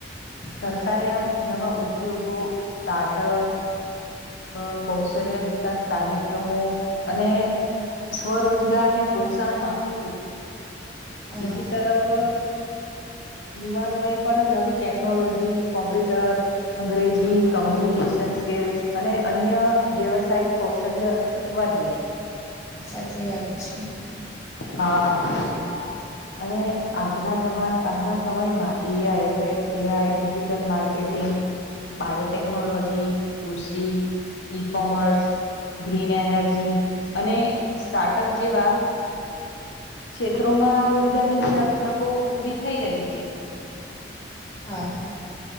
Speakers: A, on the left; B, on the left.
A: સરકારે
B: હા
A: આમ નવા ઉદ્યોગો સ્ટાર્ટઅપ અ કૌશલ્ય વિકાસ કાર્યક્રમો અને સ્વરોજગારને પ્રોત્સાહન આપવું જોઈએ
B: હા
A: બીજી તરફ યુવાનો એ પણ નવી ટેકનોલોજી કોમ્પ્યુટર અંગ્રેજી કોમ્યુનિકેશન સ્કેલ્સ અને અન્ય વ્યવસાયિક કૌશલ્ય શીખવા જોઈએ
B: સાચી વાત છે
A: હા અને આજના જમા આજના સમયમાં એઆઈ એટલે AI digital marketing biotechnology કૃષિ ઈ કોમર્સ ગ્રીન એનર્જી અને સ્ટાર્ટઅપ જેવા ક્ષેત્રોમાં રોજગારીની નવી તકો ઊભી થઈ રહી છે
B: હા